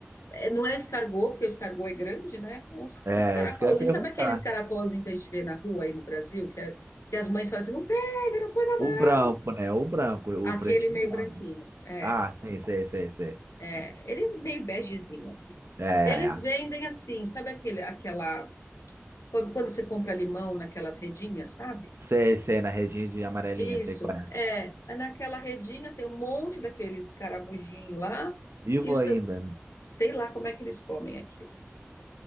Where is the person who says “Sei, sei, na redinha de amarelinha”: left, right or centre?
Right